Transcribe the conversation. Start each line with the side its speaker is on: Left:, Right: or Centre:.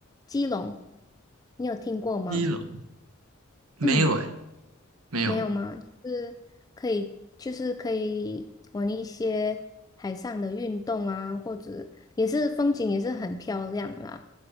Left: 基隆，你有听过吗？
Right: 一楼没有诶，
Left: 嗯。
Right: 没有
Left: 没有吗？就是可以，就是可以玩一些海上的运动啊，或者也是风景也是很漂亮啦，